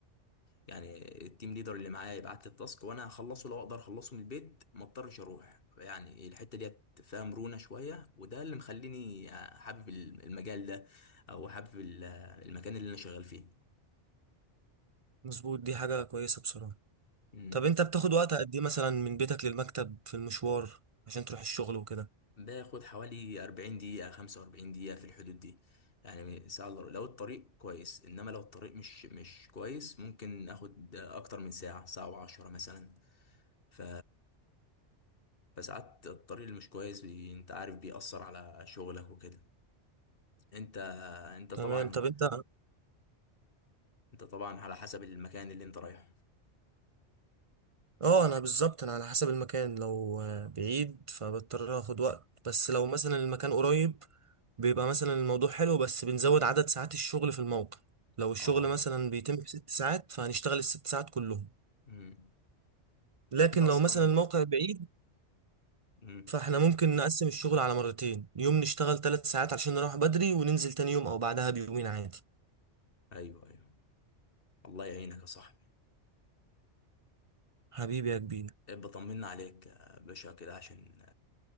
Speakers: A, on the left; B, on the right.
A: يعني التيم ليدر اللي معايا يبعت لي التاسك وأنا هخلصه لو أقدر أخلصه من البيت ما أضطرش أروح يعني الحتة ديت فيها مرونة شوية وده اللي مخليني آه، حابب المجال ده أو حابب ال- المكان اللي أنا شغال فيه
B: مظبوط دي حاجة كويسة بصراحة
A: مم.
B: طب انت بتاخد وقت قد ايه مثلا من بيتك للمكتب في المشوار عشان تروح الشغل وكده
A: باخد حوالي 40 دقيقة 45 دقيقة في الحدود دي يعني ساعة إلا ربع. لو الطريق كويس انما لو الطريق مش مش كويس ممكن اخد اكتر من ساعة ساعة وعشرة مثلا ف فساعات الطريق اللي مش كويس بي... انت عارف بيأثر على شغلك وكده انت انت
B: تمام
A: طبعا
B: طب انت
A: انت طبعا على حسب المكان اللي انت رايحه
B: اه انا بالظبط انا على حسب المكان لو آه، بعيد فبضطر اخد وقت بس لو مثلا المكان قريب بيبقى مثلا الموضوع حلو بس بنزود عدد ساعات الشغل في الموقع لو الشغل
A: اه
B: مثلا بيتم في ست ساعات فهنشتغل الست ساعات كلهم
A: امم
B: لكن
A: طب انت اصلا
B: لو مثلا الموقع بعيد
A: امم
B: فاحنا ممكن نقسم الشغل على مرتين يوم نشتغل ثلاث ساعات عشان نروح بدري وننزل تاني يوم او بعدها بيومين عادي
A: ايوه ايوه الله يعينك يا صاحبي
B: حبيبي يا كبير
A: إيه، بطمنا عليك يا باشا كده عشان